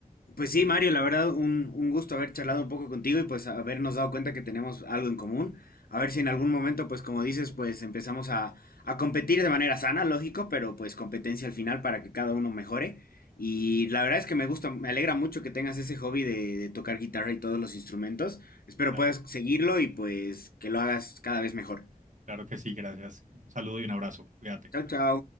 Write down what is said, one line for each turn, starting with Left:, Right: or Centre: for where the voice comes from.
Left: Pues sí, Mario, la verdad, un, un gusto haber charlado un poco contigo y pues habernos dado cuenta que tenemos algo en común. A ver si en algún momento, pues como dices, pues empezamos a, a competir de manera sana, lógico, pero pues competencia al final para que cada uno mejore. Y la verdad es que me gusta, me alegra mucho que tengas ese hobby de, de tocar guitarra y todos los instrumentos. Espero
Right: Claro,
Left: puedas seguirlo y pues que lo hagas cada vez mejor.
Right: claro que sí, gracias. Un saludo y un abrazo. Cuídate.
Left: Chao, chao.